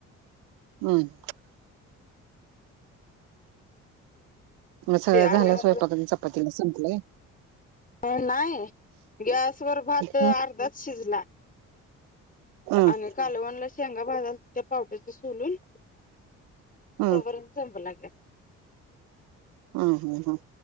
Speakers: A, on the right (about 80°); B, on the left (about 25°).
A: हम्. म सगळा
B: ते आलं
A: झाला स्वयंपाक अन चपातीला संपलंय.
B: अं नाय गॅसवर भातअ
A: हम्म
B: अर्धाच शिजला.
A: हम्म
B: आनी कालवनला शेंगा भाजालतो तेव् पावट्याच सोलून
A: हम्म
B: तवर अन संपला गॅस
A: आं हां हां.